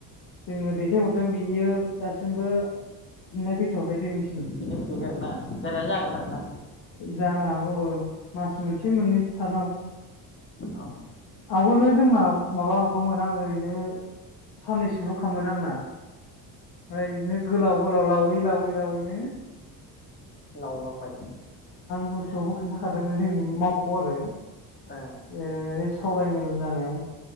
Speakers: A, on the left; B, on the left.
A: जोंङो दैथायहरदों बेयो दासिमबो फिननाय फैथ'वाखै जोंनि
B: बिनो फैखायो आरोना जानाया जागोन आरोना
A: जानो हागो मास मोनसे मोननैसो थारनांगौ
B: औ
A: आवगोलनो जोंनाव माबाल'खामोन आं ओरैनो साननैसोल' खामोन आंना। ओमफ्राय बिदिनो गोलाव गोलाव लावै लावै लावैनो
B: लावलांबाय।
A: गसोआवबो खोन्थाखादोंमोन जोंनि मावख' आरो
B: अ
A: ओ सावरायमेल जानायाव